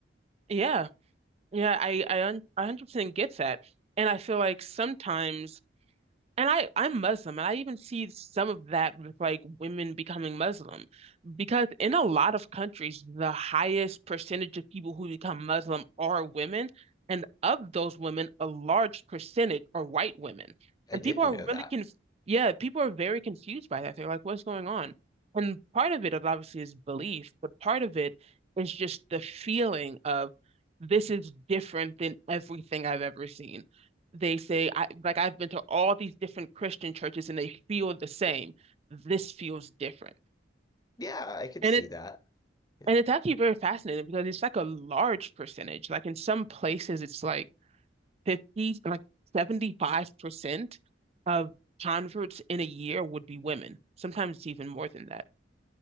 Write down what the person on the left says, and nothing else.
I
didn't
know
that
yeah I could
see
that yeah